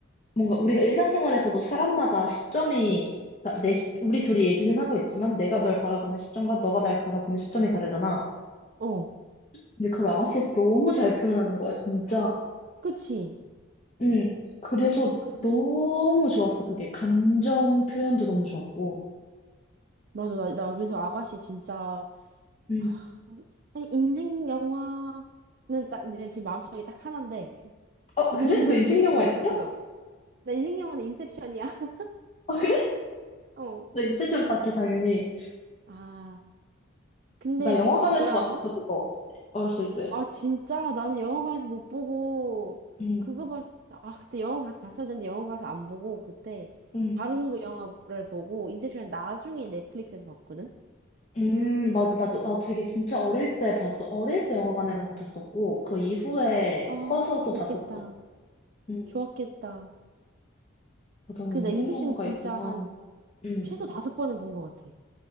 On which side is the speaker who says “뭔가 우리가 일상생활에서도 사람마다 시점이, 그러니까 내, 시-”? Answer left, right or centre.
Left